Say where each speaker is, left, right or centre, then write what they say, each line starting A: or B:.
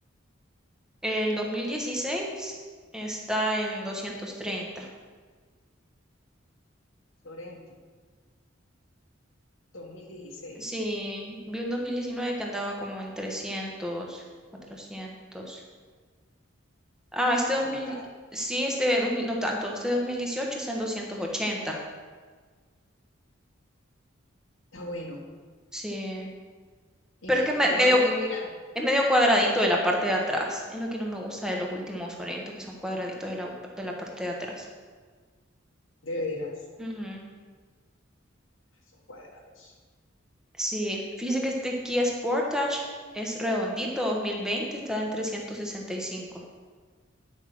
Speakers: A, in the centre; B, on the left.
A: El 2016 está en 230.
B: Sorento, dos mil dieciséis
A: Sí, vi un 2019 que andaba como en 300, 400. Ah, este dos
B: Son
A: mil,
B: caros.
A: sí, este 2000, no tanto, este 2018 está en 280.
B: Está bueno.
A: Sí,
B: Y
A: pero
B: no,
A: es que es me-
B: pero
A: medio,
B: no se le mira
A: es medio cuadradito de la parte de atrás. Es lo que no me gusta de los últimos Sorento, que son cuadraditos de la, de la parte de atrás.
B: de veras.
A: Ujú.
B: Ay, Son cuadrados.
A: Sí, fíjese que este Kia Sportage es redondito, 2020 está en 365.